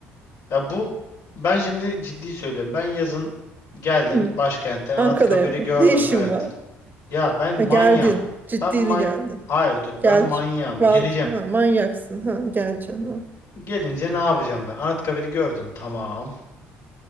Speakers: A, on the left (about 65°); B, on the right (about 30°).
A: Ya bu ben şimdi ciddi söylüyorum. Ben yazın geldim
B: Hı.
A: başkente Anıtkabir'i
B: Ankara'ya mı?
A: gördüm.
B: Ne işin
A: Evet.
B: var?
A: Ya ben manyağım.
B: Ha geldin. Ciddili
A: Ben man
B: geldin.
A: Hayır dur.
B: Gel.
A: Ben manyağım.
B: Var.
A: Geleceğim.
B: Ha, manyaksın. Ha geleceksin. Ha.
A: Gelince ne yapacağım ben? Anıtkabir'i gördüm. Tamam.